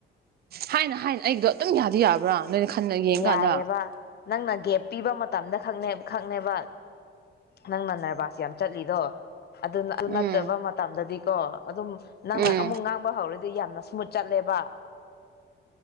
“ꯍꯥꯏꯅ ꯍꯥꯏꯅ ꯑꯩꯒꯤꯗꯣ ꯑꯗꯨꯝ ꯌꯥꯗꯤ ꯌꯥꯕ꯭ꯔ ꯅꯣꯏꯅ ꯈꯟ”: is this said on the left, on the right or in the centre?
Right